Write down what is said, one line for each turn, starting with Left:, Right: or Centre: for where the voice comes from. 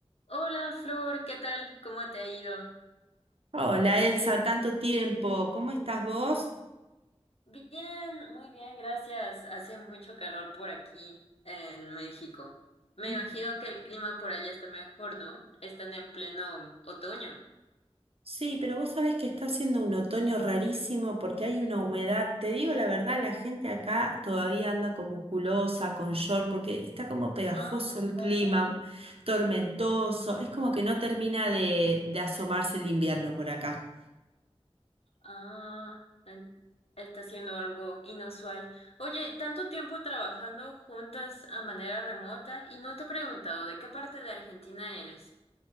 Left: Hola Flor, ¿qué tal? ¿Cómo te ha ido?
Right: Hola Elsa, tanto tiempo. ¿Cómo estás vos?
Left: Bien, muy bien, gracias. Hace mucho calor por aquí en México. Me
Right: Mm.
Left: imagino que el clima por allá está mejor, ¿no? Están en pleno otoño.
Right: Sí, pero vos sabés que está haciendo un otoño rarísimo porque hay una humedad. Te digo la verdad, la gente acá todavía anda con musculosa, con short, porque está como pegajoso
Left: Ah,
Right: el
Left: vaya.
Right: clima, tormentoso. Es como que no termina de, de asomarse el invierno por acá.
Left: Ah, en- está siendo algo inusual. Oye, tanto tiempo trabajando juntas a manera remota y no te he preguntado de qué parte de Argentina eres.